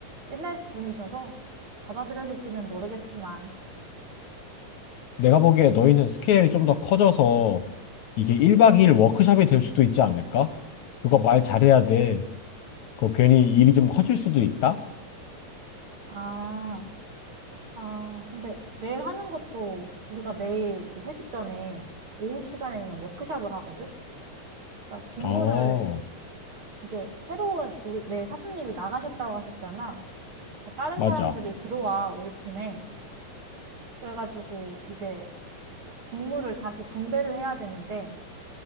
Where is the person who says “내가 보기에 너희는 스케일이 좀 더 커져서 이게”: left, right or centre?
Left